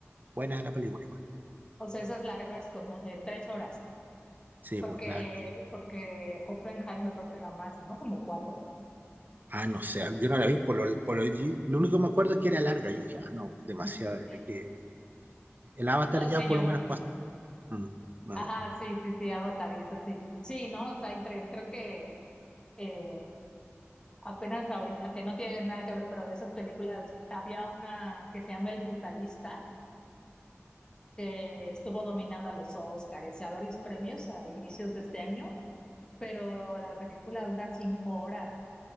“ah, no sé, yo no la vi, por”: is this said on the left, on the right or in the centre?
Right